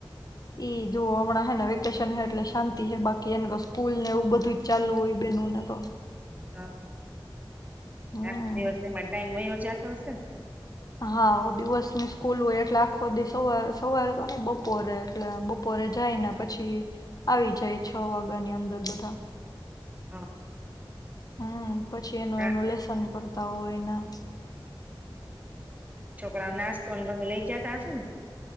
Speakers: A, on the left; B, on the right.
A: ઈ જો હમણાં હેને વેકેશન હ એટલે શાંતિ હ બાકી એને તો સ્કૂલ ને એવું બધું જ ચાલુ હોય બેનોને તો.
B: હા.
A: હમ
B: આ દિવસોમાં ટાઈમ વયો જા જાતો હશે ન.
A: હા દિવસની સ્કૂલ હોય એટલે આખો દિવ સવારે સવારે તો નઈ બપોરે એટલે બપોરે જાય ને પછી આવી જાય છ વાગ્યા ની અંદર બધા
B: હા.
A: હમ પછી એનું
B: ના
A: એનું લેસન કરતા હોય એના
B: છોકરાઓ નાસ્તો ને <unintelligible> લઇ જતા હશે ને.